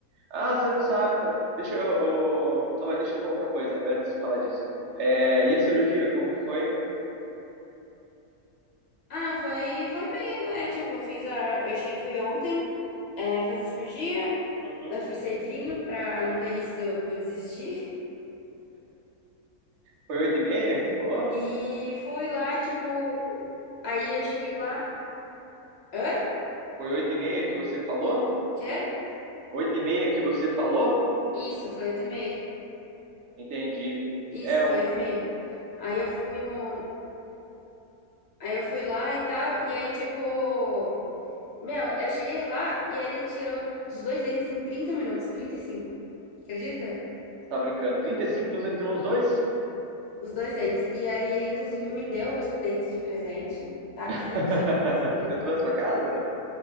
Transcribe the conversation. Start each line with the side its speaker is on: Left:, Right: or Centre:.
Right: Ah, você não sabe. tá? Deixa eu. ô, Não, mas deixa eu falar outra coisa antes de falar disso. É, e a cirurgia, como que foi?
Left: Ah, foi, foi bem, né? É, Tipo, eu fiz a. Eu cheguei, fui ontem, é, fazer cirurgia.
Right: Uhum.
Left: Eu fui cedinho pra não ter risco de eu eu desistir.
Right: Foi oito e meia que você falou?
Left: E fui lá, tipo. Aí eu cheguei lá. Hã?
Right: Foi 8 e meia que você falou?
Left: Quê?
Right: 8 e meia que você falou?
Left: Isso, foi oito e meia.
Right: Entendi.
Left: Isso,
Right: É o.
Left: foi oito e meia. Aí eu fui no. Aí eu fui lá e tal, e aí, tipo, meu, eu cheguei lá e ele tirou os dois dentes em 30 minutos, trinta e cinco Acredita?
Right: Você tá brincando? 35 minutos entre termos dois?
Left: Os dois dentes. E aí ele, inclusive, me deu os dentes de presente. Tá aqui,
Right: <laughs>
Left: eu não sei o que eu faço com eles.
Right: Você trouxe pra casa?